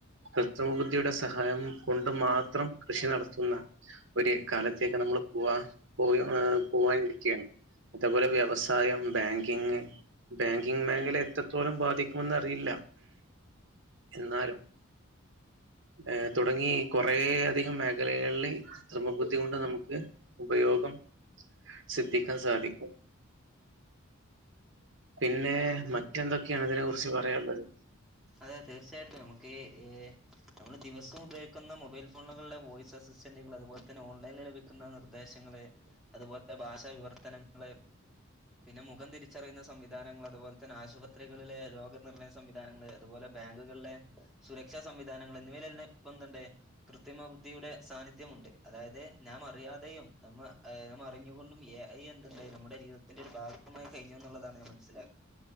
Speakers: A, on the right (about 60°); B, in the centre.
A: കൃത്രിമ ബുദ്ധിയുടെ സഹായം കൊണ്ട് മാത്രം കൃഷി നടത്തുന്ന ഒര് കാലത്തേക്ക് നമ്മള് പോവാ പോവ് പോവാനിരിക്ക്യാണ് അതേപോലെ വ്യവസായം ബാങ്കിങ് ബാങ്കിങ് മേഖല എത്രത്തോളം ബാധിക്കുമെന്ന് അറിയില്ല എന്നാലും ഏ തുടങ്ങി കൊറേ അധികം മേഖലകള്ല് കൃത്രിമ ബുദ്ധി കൊണ്ട് നമുക്ക് ഉപയോഗം സിദ്ധിക്കാ സാധിക്കും പിന്നെ മറ്റെന്തൊക്കെയാണ് ഇതിനെ കുറിച്ച് പറയാള്ളത്
B: അതെ തീർച്ചയായിട്ടും നമുക്ക് ഈ നമ്മള് ദിവസം ഉപയോഗിക്കുന്ന മൊബൈൽ ഫോണുകള്ലെ വോയിസ് റെസിറ്റന്റുകള് അതുപോലെത്തന്നെ ഓൺലൈൻ <unintelligible> ക്ക്ന്ന നിർദ്ദേശങ്ങള് അതുപോലെ ഭാഷ വിവർത്തനങ്ങള് പിന്നെ മുഖം തിരിച്ചറിയുന്ന സംവിധാനങ്ങള് അതുപോലെ തന്നെ ആശുപത്രികളിലെ രോഗനിർണയ സംവിധാനങ്ങള് അതുപോലെ ബാങ്കുകള്ലെ സുരക്ഷാ സംവിധാനങ്ങള് എന്നിവലെല്ലാം ഇപ്പൊ എന്ത്ണ്ട് കൃത്രിമ ബുദ്ധിയുടെ സാന്നിധ്യമുണ്ട് അതായത് ഞാം അറിയാതെയും നമ്മ <unintelligible> അറിഞ്ഞുകൊണ്ടുംഎഐ എന്തെന്ന് നമ്മുടെ ജീവിതത്തിന്റെ ഒരു ഭാഗമായി കഴിഞ്ഞുന്ന്ള്ളതാണ് ഞാൻ മനസ്സിലാക്കുന്നത്